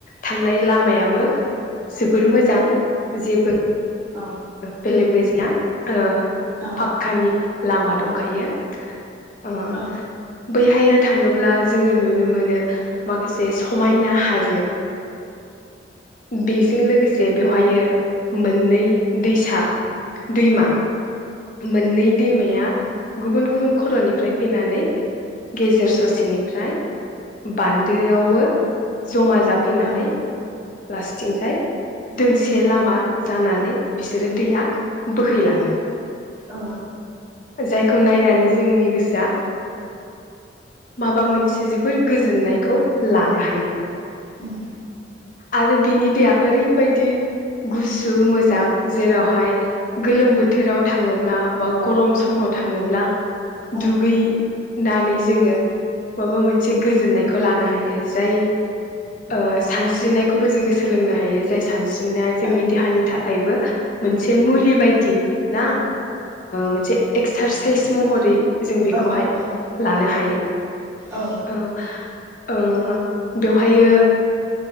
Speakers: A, on the left; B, on the right.
A: थांनाय
B: औ
A: लामायाबो जोबोर मोजां जेबो
B: औ
A: बेले बेजे <unintelligible> ओ
B: औ
A: फाख्खानि लामा दंखायो ओ
B: औ
A: बैहाययो थाङोब ब्ला जोङो नुनो मोनो माखासे समायना हाजो बेजों लोगोसे बेवहायो मोननै दैसा दैमा मोननै दैमाया गुबुन गुबुन खर'निफ्राय फैनानै गेजेर ससेनिफ्राय बान्दोआववो जमा जाफैनानै
B: औ
A: लास्टिं जाय दोंसे लामा जानानै बिसोरो दैया बोहैलाङो
B: औ
A: जायखौ नायनानै जोंनि गोसोआ माबा मोनसे जोबोर गोजोननायखौ लानो हायो हायो
B: उम
A: आरो बिनि दैया ओरैबायदि गुसु मोजां जेरावहाय गोलोम बोथोराव थाङोब्ला बा गरम समाव थाङोब्ला
B: औ
A: दुगै नानै जोङो माबा मोनसे गोजोननायखौ लानो हायो <unintelligible> ओ सान स्रिनायखौबो जोङो सोलोंनो हायो जाय सानस्रि स्रिनाया जोंनि
B: औ
A: देहानि थाखायबो मोनसे मुलि बायदि ना मोनसे एक्सारसाइस महरै जों बेखौहाय
B: औ औ
A: लानो हायो
B: औ
A: ओ ओ बेवहायो